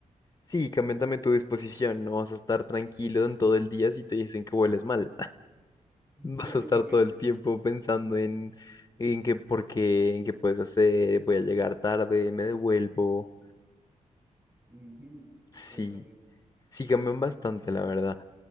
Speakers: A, on the left (about 25°); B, on the right (about 20°).
A: Sí, cambian también tu disposición, no vas a estar tranquilo en todo el día si te dicen que hueles mal.
B: <laughs> básicamente
A: Vas a estar todo el
B: acá.
A: tiempo pensando en, en qué, por qué, en qué puedes hacer, voy a llegar tarde, me devuelvo.
B: Ujú, exactamente.
A: Sí, sí cambian bastante, la verdad.